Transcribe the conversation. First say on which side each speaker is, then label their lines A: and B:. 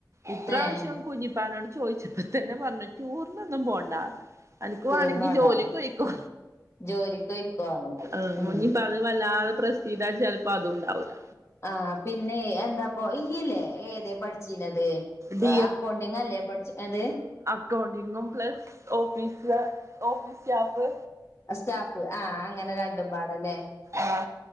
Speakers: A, on the right (about 40°); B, on the left (about 40°).
A: ഇപ്രാവശ്യം
B: ഏഹ്
A: കുഞ്ഞിപ്പാനോട് ചോദിച്ചപ്പോ തന്നെ പറഞ്ഞു ടൂറിനൊന്നും പോണ്ടാ അനക്ക്
B: ടൂറിനോണ്ടാന്ന്ക്കും
A: വേണമെങ്കി ജോലിക്ക് പോയിക്കോ
B: ജോലിക്കോയ്ക്കോന്ന്ക്കും
A: ആഹ്
B: ഉം
A: ഓനിപ്പോ അത് വല്ലാതെ പ്രശ്ന ഇതാ ചിലപ്പോ അതുണ്ടാവില്ല
B: ആഹ് പിന്നെ എന്താപ്പ ഇനിയില്ലേ ഏത പഠി ച്ചിനത്
A: ഡി
B: അക്കൗണ്ടിങ് അല്ലേ പഠിച്ചത്
A: അകൗണ്ടിങ്ങും plus office office staff
B: staff ആഹ് അങ്ങനെ രണ്ടും പാടന്നെ
A: ആ